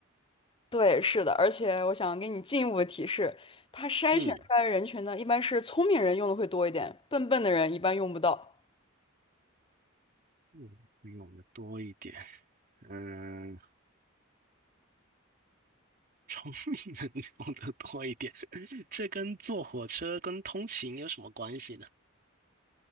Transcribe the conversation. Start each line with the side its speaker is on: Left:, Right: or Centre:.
Left: 对，是的，而且我想给你进一步的提示，它筛选出来的人群呢，
Right: 嗯
Left: 一般是聪明人用的会多一点，笨笨的人一般用不到，
Right: 嗯，会用的多一点，嗯，<laughs> 能用的多一点，<laughs> 这跟坐火车跟通勤有什么关系呢？